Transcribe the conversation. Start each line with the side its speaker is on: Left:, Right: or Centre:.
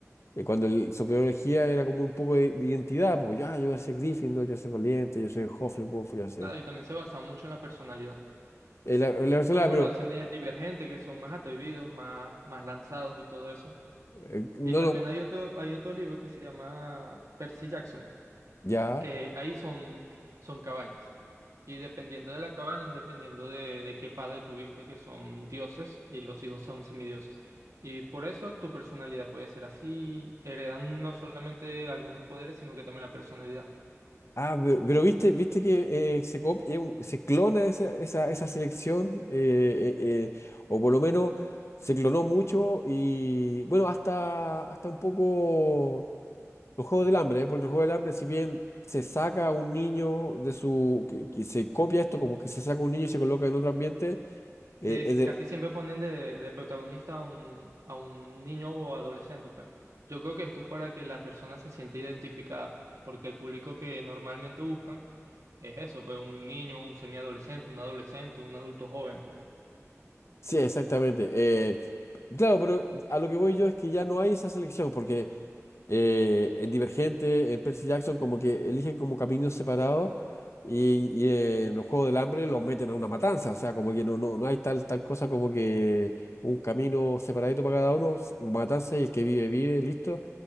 Left: eh, cuando el sombrero elegía era como un poco de, de identidad, pues ya, yo voy a ser Gryffindor, yo voy a ser Valiente, yo soy Hufflepuff, yo voy a ser
Right: Claro, y también se basa mucho en la personalidad.
Left: el, el Arsala,
Right: Cómo
Left: pero
Right: lo hacen en Divergente, que son más atrevidos, más, más lanzados y todo eso.
Left: eh, no
Right: Y también
Left: lo,
Right: hay otro, hay otro libro que se llama Percy Jackson.
Left: ya.
Right: que ahí son, son cabañas. Y dependiendo de la cabaña, es dependiendo de, de qué padre tuviste, que son dioses y los hijos son semidioses. Y por eso tu personalidad puede ser así, heredan no solamente algunos poderes, sino que también la personalidad.
Left: Ah, pero, pero viste, viste que eh, se copia, eh, u- se clona esa, esa, esa selección, eh, eh, eh, o por lo menos se clonó mucho y bueno, hasta, hasta un poco Los Juegos del Hambre, ¿eh? Porque los Juegos del Hambre, si bien se saca a un niño de su... que, que se copia esto, como que se saca un niño y se coloca en otro ambiente, eh,
Right: Sí, sí,
Left: es de-
Right: casi siempre ponen de, de protagonista a un, a un niño o adolescente, pues. Yo creo que esto es para que la persona se sienta identificada, porque el público que normalmente buscan es eso, pues un niño, un semiadolescente, un adolescente, un adulto joven, pues.
Left: sí, exactamente. eh, claro, pero a lo que voy yo es que ya no hay esa selección, porque eh, en Divergente, en Percy Jackson, como que eligen como caminos separados y, y en los Juegos del Hambre los meten a una matanza, o sea, como que no, no, no hay tal, tal cosa como que un camino separadito para cada uno, s- matanza y el que vive, vive, listo.